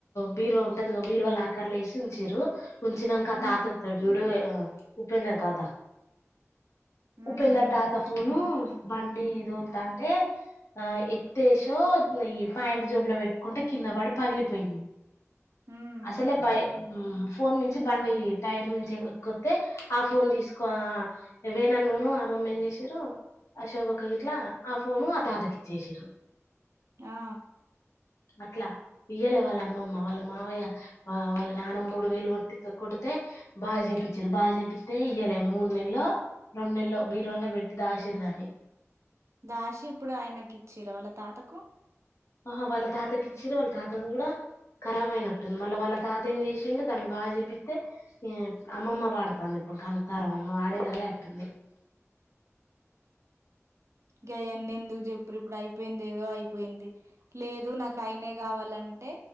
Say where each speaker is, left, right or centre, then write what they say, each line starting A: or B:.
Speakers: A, on the left (about 70°); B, on the right (about 65°).
A: బీరువా ఉంటది బీరువాలు ఆకర్లు వేసి ఉంచి రు ఉుంచినంకా
B: హ్మ్.
A: తాత జూడు ఉపేంద తాత
B: హ్మ్.
A: ఉపె ఎందర్
B: హ్మ్.
A: తాత ఫోను బండి దోలుతా అంటే ఆ ఎత్తేసో ఈ పా్యాంట్ జోబులో పెట్టుకుంటే కింద పడి పగిలిపోయింది
B: హ్మ్.
A: అసలే బయ ఫోన్ నుంచి బండి టైర్ ను ఎకొతే ఆ ఫోన్ తీసుకో వేనా ఫోను ఆ మమ్మ ఏం చేసారు అశోభక్క గిట్లా ఆ ఫోను ఆ తాతకి ఇచ్చసారు
B: ఆ
A: అట్లా ఇయ్యలే వాళ్ళ అమ్మమ్మ వాళ్ళ మావయ్య వాళ్ళ నాన్న మూడు వేలు కొట్టి కొ బాగా చేేయిచ్చారు బాజేపిస్తే ఇయలే మూడు నెలలో రెండు నెలలో బీరువాలో పెట్టి దా శర్ధాని
B: దాషి ఇప్పుడు ఆయనకి ఇచ్చరా వాళ్ళ తాతకు
A: ఆహా వాళ్ళ తాతకి ఇచ్చారు వాళ్ళ తాతది కూడా కరాబ్ అయినట్టుంది మళ్ళీ వాళ్ళ తాత ఏం చేసిండడి దాన్ని బాగా చెపిస్తే అమ్మమ్మ వాడుతంది కనుక్తారు మమ్మ వాడేది అదే అట్టుంది
B: గాయన్ని ఎందుకు చెప్పుారు ఇప్పుడు అయిపోయింది ఏదో అయిపోయింది లేదు నాకు అయనే కావాలని అంటే